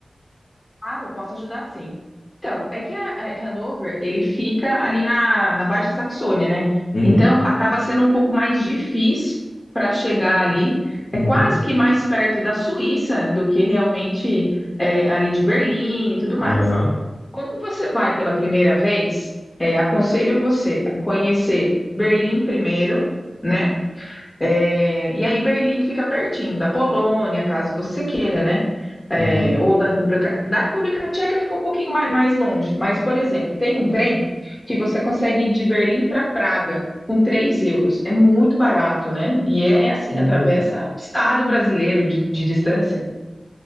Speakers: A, on the left; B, on the left.
A: Claro, posso ajudar sim. Então, é que a, a Hanover, ele fica ali na, na Baixa Saxônia, né?
B: Uhum,
A: Então, acaba sendo um pouco mais difícil para chegar ali. É
B: uhum,
A: quase que mais perto da Suíça do que realmente é, ali de Berlim e tudo mais.
B: aham,
A: Quando você vai pela primeira vez, é, aconselho você a conhecer Berlim primeiro, né? É, e aí Berlim fica pertinho da Polônia, caso você queira, né? É,
B: uhum,
A: ou da República, da República Tcheca ficou um pouquinho mais, mais longe, mas, por exemplo, tem um trem que você consegue ir de Berlim para Praga com 3 euros. É muito barato, né? E é, é assim,
B: hum.
A: atravessa o estado brasileiro de, de distância.